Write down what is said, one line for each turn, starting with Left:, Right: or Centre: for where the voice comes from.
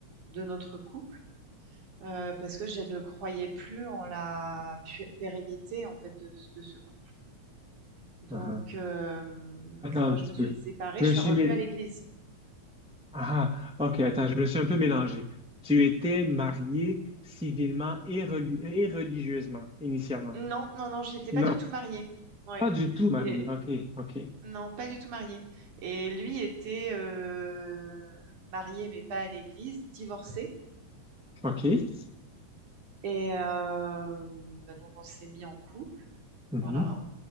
Right: de notre couple euh, parce que je ne croyais plus en la pu- pérennité en fait de, de ce couple. Donc,
Centre: aha.
Right: euh,
Centre: Attends
Right: quand
Centre: un petit
Right: je me
Centre: peu.
Right: suis séparée,
Centre: Je
Right: je
Centre: me
Right: suis
Centre: suis
Right: revenue
Centre: mis...
Right: à l'église.
Centre: Ah, ok, attends, je me suis un peu mélangé. Tu étais marié civilement et, relu- et religieusement, initialement.
Right: Non, non, non, je n'étais
Centre: Non,
Right: pas du tout mariée. Ouais.
Centre: pas du tout marié.
Right: Il est-
Centre: OK, OK,
Right: Non, pas du tout marié. Et lui était euh, marié, mais pas à l'église, divorcé.
Centre: OK.
Right: Et euh, bah donc on s'est mis en couple,
Centre: Mhm.
Right: voilà.